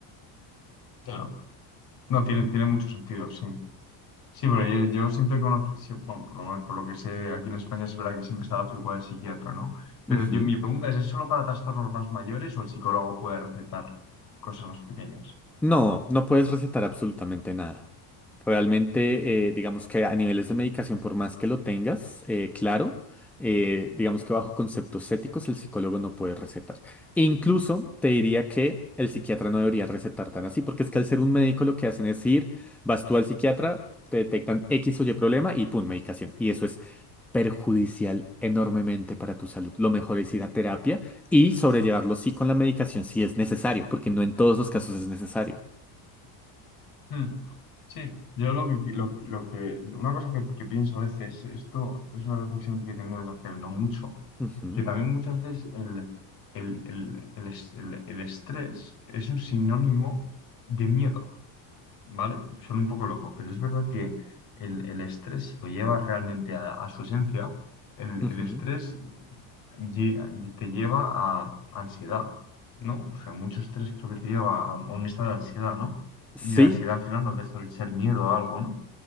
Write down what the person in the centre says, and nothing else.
Ujú.
No, no puedes recetar absolutamente nada. Realmente, eh, digamos que a niveles de medicación, por más que lo tengas, eh, claro, eh, digamos que bajo conceptos éticos el psicólogo no puede recetar. E incluso te diría que el psiquiatra no debería recetar tan así, porque es que al ser un médico lo que hacen es ir, vas tú al psiquiatra, te detectan X o Y problema y pum, medicación. Y eso es perjudicial enormemente para tu salud. Lo mejor es ir a terapia y sobrellevarlo sí con la medicación si es necesario, porque no en todos los casos es necesario.
Ujú,
ujú.
Sí,